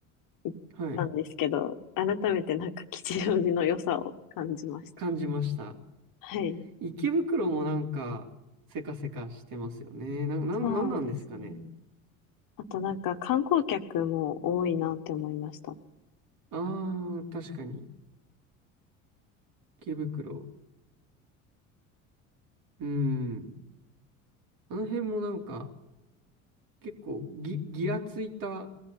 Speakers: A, on the left (about 55°); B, on the right (about 55°).
A: 行ったんですけど、
B: はい。
A: 改めてなんか吉祥寺の良さを感じました。
B: 感じました。
A: はい。
B: 池袋もなんか、せかせかしてますよね。な、な、
A: そうですね。
B: なんなんですかね。
A: あとなんか観光客も多いなって思いました。
B: ああ、確かに。池袋。うん。あの辺もなんか、結構ぎ、ぎらついた